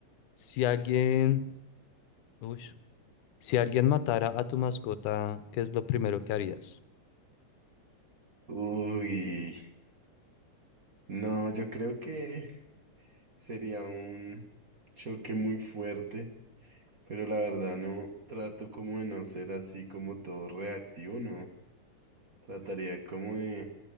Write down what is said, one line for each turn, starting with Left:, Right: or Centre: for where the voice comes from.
Left: si alguien, uy, si alguien matara a tu mascota, ¿qué es lo primero que harías?
Right: Uy, no, yo creo que sería un choque muy fuerte, pero la verdad no trato como de no ser así como todo reactivo, no. Trataría como de